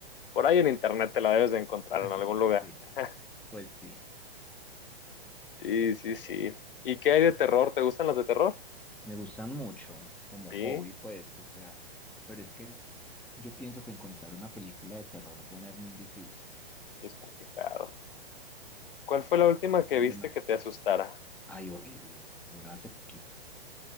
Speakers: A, on the left; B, in the centre.
A: por ahí en internet te la debes de encontrar
B: <laughs>
A: en algún lugar.
B: Sí,
A: <laughs>
B: pues sí.
A: Sí, sí, sí. ¿Y qué hay de terror? ¿Te gustan las de terror?
B: Me gustan mucho como
A: Sí,
B: hobby, pues, o sea, pero es que yo pienso que encontrar una película de terror buena es muy difícil.
A: es complicado. ¿Cuál fue la última que
B: Es
A: viste
B: de...
A: que te asustara?
B: Ay, horrible. Una hace poquito.